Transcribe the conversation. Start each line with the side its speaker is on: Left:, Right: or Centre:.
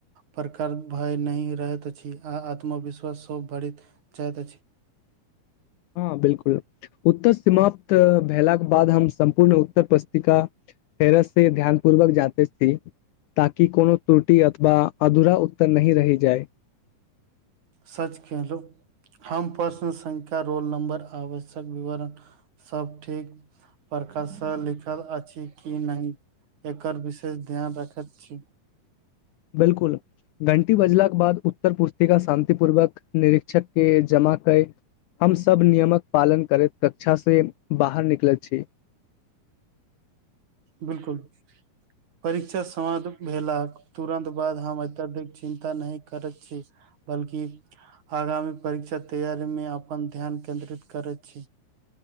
Right: प्रकार भय नहि रहैत अछि आ आत्मविश्वासो बढ़ैत जाएत अछि।
Left: हां बिलकुल उत्तर सीमाप्त भेला के बाद हम सम्पूर्ण उत्तर पस्तिका फेरस से ध्यान पूर्वक जांचत छी ताकि कोनो त्रुटि अथवा अधूरा उत्तर नहि रहि जाय।
Right: सच केहलु। हम प्रश्न संख्या, रोल नंबर आवश्यक विवरण सब ठीक प्रकार सँ लिखल अछि कि नहि एकर विशेष ध्यान रखत छी।
Left: बिलकुल घंटी बजला के बाद उत्तर पुस्तिका शान तिपूर्वक निरीक्षक के जमा कै हम सब नियमक पालन करैत कक्षा से बाहर निकलत छी।
Right: बिलकुल परीक्षा समाप्त भेलाक तुरन्त बाद हम अत्यधिक चिन्ता नहि करत छी, बल्कि आगामी परीक्षा तैयारी मे अपन ध्यान केन्द्रित करैत छी।